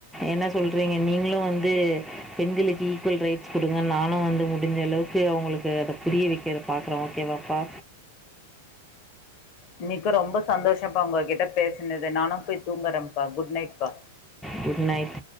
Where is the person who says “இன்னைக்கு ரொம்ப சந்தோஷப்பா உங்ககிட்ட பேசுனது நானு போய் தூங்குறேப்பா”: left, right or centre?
Left